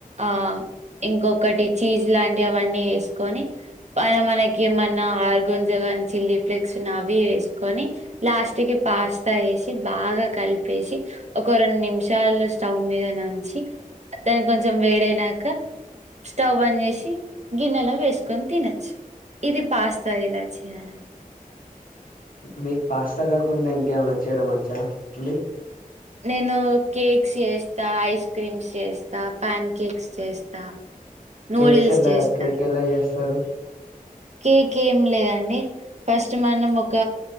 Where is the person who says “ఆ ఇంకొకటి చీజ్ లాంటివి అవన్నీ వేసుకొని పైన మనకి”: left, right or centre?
Right